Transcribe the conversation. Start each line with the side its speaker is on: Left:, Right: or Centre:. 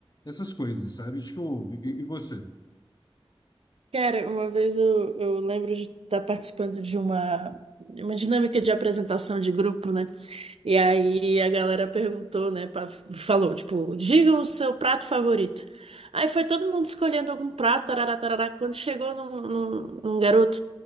Left: essas coisas, sabe? Tipo, e, e você?
Right: Cara, uma vez eu, eu lembro de estar participando de uma, uma dinâmica de apresentação de grupo, né? E aí a galera perguntou, né? pra- falou, tipo, digam o seu prato favorito. Aí foi todo mundo escolhendo algum prato, tarará, tarará. Quando chegou num, num, num garoto,